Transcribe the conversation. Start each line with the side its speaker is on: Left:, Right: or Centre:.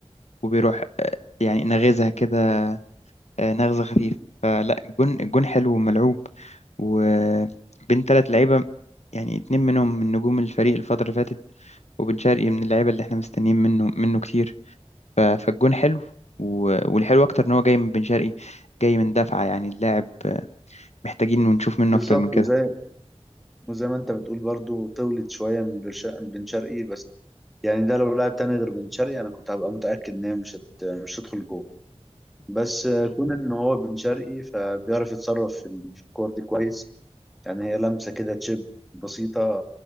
Left: وبيروح آه، يعني نغزها كده آه، نغزة خفيفة فلا الجون الجون حلو وملعوب وبين تلات لعيبة يعني اتنين منهم من نجوم الفريق الفترة اللي فاتت وبن شرقي من اللعيبة اللي احنا مستنيين منه منه كتير ف- فالجون حلو و- والحلو اكتر ان هو جاي من بن شرقي جاي من دفعه يعني اللاعب آه، محتاجين ونشوف منه
Centre: بالظبط
Left: اكتر من كده
Centre: وزي وزي ما انت بتقول برضو طولت شويه من برش- من بن شرقي بس يعني ده لو لاعب تاني غير بن شرقي انا كنت هبقى متاكد ان هي مش هت... مش هتدخل جوه بس آه، كون ان هو بن شرقي فبيعرف يتصرف في ال- في الكور دي كويس يعني هي لمسه كده تشيب بسيطه